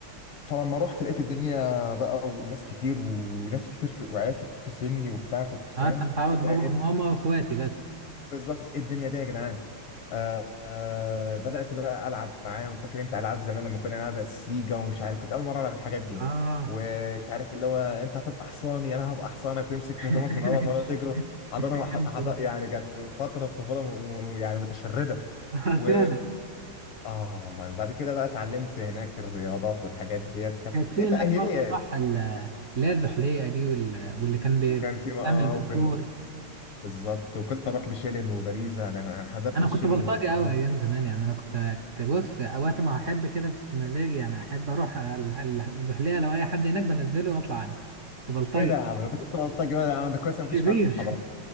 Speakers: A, on the left; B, on the right.
A: فلما رحت لقيت الدنيا بقى وناس كتير وناس كتير في وعيال كتير في سني وبتاع كنت فاهم
B: اه انت متعود
A: ايه ده،
B: بابا
A: ايه
B: وماما واخواتي بس
A: بالظبط ايه الدنيا دي يا جدعان آه آه بدأت بقى ألعب معاهم فاكر انت ألعاب زمان لما كنا نلعب السيجا ومش عارف كنت أول مرة ألعب الحاجات دي
B: اه
A: ومش عارف اللي هو انت هتبقى حصاني انا هبقى حصانك ويمسك
B: <laughs>
A: في هدومك من ورا تقعد تجري حضانه
B: كانت أيام
A: ح-
B: والله
A: حض... يعني كانت فتره طفوله م... م- يعني متشرده
B: آه،
A: و
B: فعلا
A: اه والله وبعد كده بقى اتعلمت هناك الرياضات والحاجات ديت كانت
B: كانت في
A: بتتأهيلية
B: هناك برضه صح ال- اللي هي الزحليقة دي وال- واللي كان بي-
A: وكان في اه
B: بتعمل بالدور
A: وكنا بالظبط وكنت اروح بشيلن وباريزا انا حضرت
B: انا
A: الشيلن
B: كنت بلطجي
A: وباريزا
B: قوي ايام زمان يعني انا كنت كنت بص وقت ما احب كده في مزاجي يعني احب اروح ال- ال- الزحليقه لو اي حد هناك بنزله واطلع عنه كنت بلطجي
A: ايه ده يا عم انت كنت بلطجي بقى يا عم ده كويس
B: شرير
A: أنا ما كنتش معاك في الحضانه